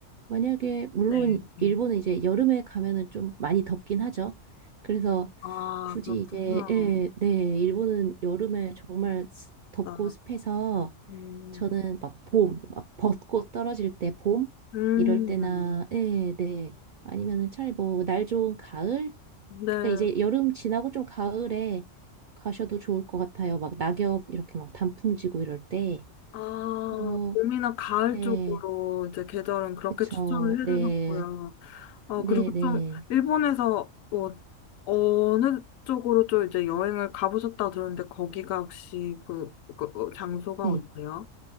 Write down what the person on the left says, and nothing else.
네. 네.
아,
그렇군요.
아,
음,
음,
네.
아,
봄이나 가을
쪽으로 이제 계절은 그렇게
추천을 해주셨고요.
어
그리고
좀 일본에서 어, 어느 쪽으로 좀 이제 여행을 가보셨다고 들었는데 거기가 혹시 그, 그 어, 장소가
어디세요?